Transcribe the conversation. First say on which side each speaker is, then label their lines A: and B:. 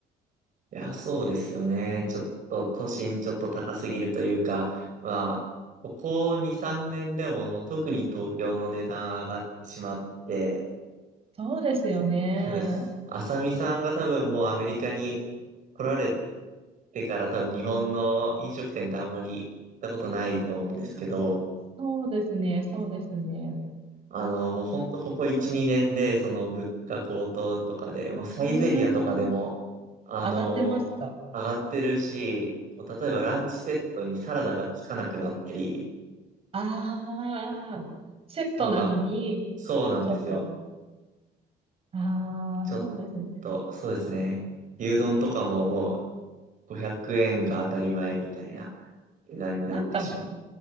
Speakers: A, on the right; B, on the right.
A: いや、そうですよね。ちょっと都心ちょっと高すぎるというか、まあ、ここ2、3年でももう特に東京の値段上がってしまって、
B: そうですよね。
A: そうです。あさみさんが多分もうアメリカに来られてから多分日本の飲食店ってあんまり行ったことないと思うんですけど、
B: そうですね、そうですね。
A: あの、もうほんとここ1、2年でその物価高騰とかで、もうサイゼリアとかでも、
B: うーん、
A: あの、
B: 上がってますか
A: 上がってるし、例えばランチセットにサラダがつかなくなったり、
B: ああ、セットなのに、
A: まあ、そうなんですよ。
B: ちょっと、ああ、
A: ちょっ
B: そうですね。
A: と、そうですね。牛丼とかももう500円が当たり前みたいな値段になってしまう。
B: なんか、